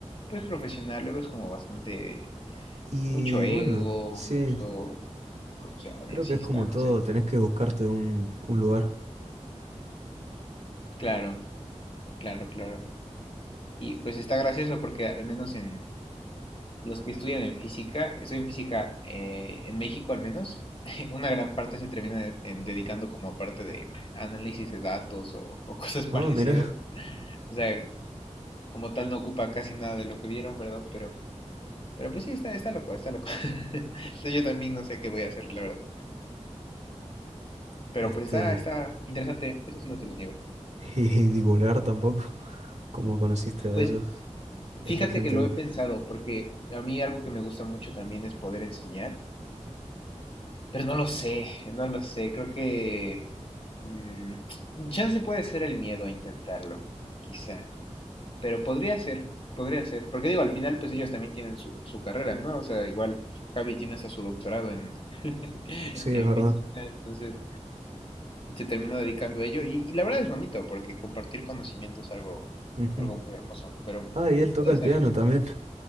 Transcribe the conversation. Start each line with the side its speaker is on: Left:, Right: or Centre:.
Left: pues, profesional. Luego es como bastante,
Right: y
Left: mucho ego,
Right: bueno, sí,
Left: mucho corrupción
Right: creo
Left: y así
Right: que es como
Left: está, no
Right: todo,
Left: sé.
Right: tenés que buscarte un, un lugar.
Left: Claro, claro, claro. Y pues está gracioso porque al menos en los que estudian en física, estudian física eh, en México al menos, <laughs> una gran parte se termina de- en- dedicando como a parte de análisis de datos o, o cosas <laughs> parecidas.
Right: Ah, mira,
Left: O sea, como tal no ocupa casi nada de lo que vieron, ¿verdad? Pero, pero pues sí, está, está loco, está loco. <laughs> Entonces yo también no sé qué voy a hacer, la verdad. Pero
Right: este,
Left: pues está, está interesante, eso sí no te lo niego.
Right: <laughs> y divulgar tampoco, cómo conociste a
Left: Pues
Right: ellos,
Left: fíjate
Right: a esta gente,
Left: que lo
Right: digo.
Left: he pensado, porque a mí algo que me gusta mucho también es poder enseñar. Pero no lo sé, no lo sé. Creo que. mm, chance puede ser el miedo a intentarlo, quizá. Pero podría ser, podría ser. Porque digo, al final, pues ellos también tienen su, su carrera, ¿no? O sea, igual Javi tiene hasta su doctorado en, <laughs> en
Right: Sí, es verdad.
Left: física, entonces se terminó dedicando a ello. Y, y la verdad es bonito, porque compartir conocimiento es algo,
Right: Ujú.
Left: algo muy hermoso. Pero
Right: Ah, y él toca
Left: puede
Right: el
Left: ser.
Right: piano
Left: sí.
Right: también.